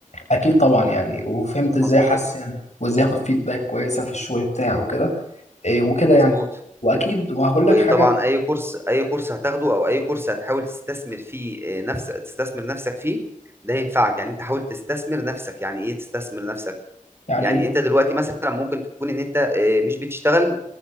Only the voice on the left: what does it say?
اكيد طبعا يعني وفهمت
ازاي احسن وازاي اخد فيدباك كويسه في الشغل بتاعي وكده إيه وكده
يعني واكيد وهقول
لك حاجه
يعني
ايه